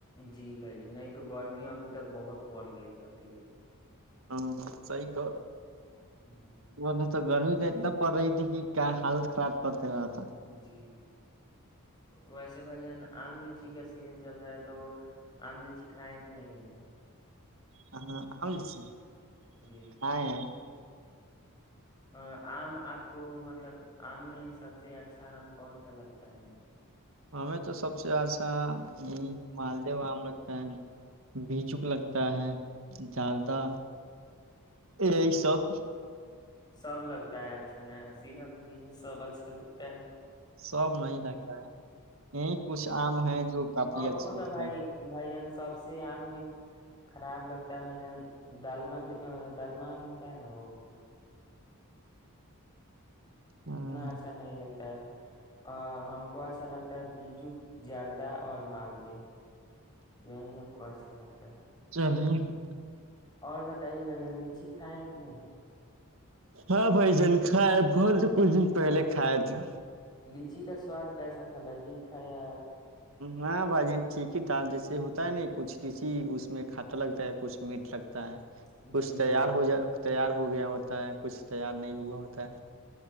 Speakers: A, on the left; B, on the right.
A: جی بھائی جان نہیں تو گرمی ابھی تک بہت بڑھ گئی جاتی بھائی ج
B: ہاں سی ک
A: جی
B: م تو گ <unintelligible> ایک دم پ رہی تھیک کیا حالت خراب کر دے رہا تھا
A: جان۔
B: <unintelligible>
A: جی ویسے بھائی جان آم لیچی کا سیزن چل رہا ہے تو آم لیچی کھائےیں کہ نہیں بھائی جن
B: ہاں آ سے <unintelligible>
A: جی
B: ہاں ہے <unintelligible>
A: ا آم آپ کو مطلب آم میں سب سے اچھا آم کون سا لگتا ہے بھ
B: ہمیں تو سب سے اچھا یہ مالد آم لگتا ہے بچوک لگتا ہے داردہ یہی سب
A: سب لگتا ہے اچھا ن سیدھا بو سب اچھا لگتا ہے
B: سب نہیں رہتا ہے یہی کچھ آم ہے جو کافی
A: ہم
B: اچھے
A: کو تو
B: لگتا
A: بھائی
B: ہے
A: بھائی جان سب سے آم میں خراب لگتا ہے بھائی جان ڈالم جو ڈالمہم ہوتا ہے نا وہ
B: ہاں
A: اتنا اچھا نہیں لگتا ہے ہم کو اچھا لگتا ہے بیجو زردہ اور مالدی یہی ہم کو اچھا لگتا ہے
B: چلیے
A: اور بتائیے بھن لیچی کھائےیں کہ نہیں
B: ہاں بھائی جان کائے بول تو کچھ دن پہلے کائے تھے
A: لیچی کا سواد کیسا تھا لجیذ تھا یار
B: ہاں بھائی ج ٹھیک ہی تھاال جیسے ہوتا ہے نہیں کچھ کسی اس میں کھٹا لگتا ہے کچھ میٹ لگتا ہے ہو
A: تھا؟ جی
B: کچھ تیار
A: جی
B: ہو جائے تیار ہو گیا ہوتا ہے کچھ تیار نہیں ہوا ہوتا ہے